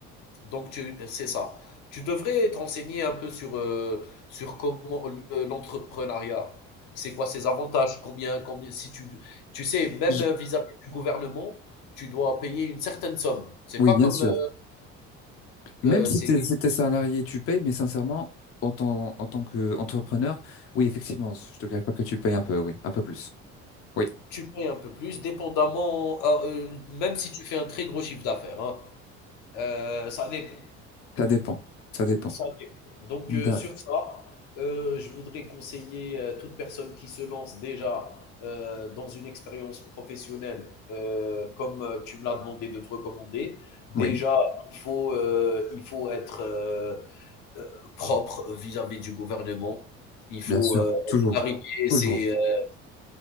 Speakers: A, on the left; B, on the left.
A: Donc, tu- c'est ça. Tu devrais te renseigner un peu sur, euh, sur comment le- l'entrepreneuriat, c'est quoi ses avantages, combien, combien, si tu, tu sais, même
B: Je-
A: vis-à-vis du gouvernement, tu dois payer une certaine somme. C'est
B: Oui,
A: pas
B: bien
A: comme,
B: sûr.
A: euh,
B: Même
A: euh,
B: si
A: c'est,
B: t'es, si t'es salarié, tu payes, mais sincèrement, en tant, en tant qu'entrepreneur, oui, effectivement, je te cache pas que tu payes un peu, oui, un peu plus. Oui,
A: tu payes un peu plus, dépendamment, euh, euh, même si tu fais un très gros chiffre d'affaires, hein. Euh, ça dépend.
B: ça dépend, ça dépend.
A: Ça dépend. Donc,
B: Da-
A: heu, sur ça, heu, je voudrais conseiller, heu, toute personne qui se lance déjà, heu, dans une expérience professionnelle, heu, comme, heu, tu me l'as demandé de te recommander. Déjà,
B: Oui,
A: il faut, heu, il faut être, heu heu, propre vis-à-vis du gouvernement. Il faut,
B: bien sûr,
A: heu,
B: toujours,
A: clarifier
B: toujours.
A: ses, heu,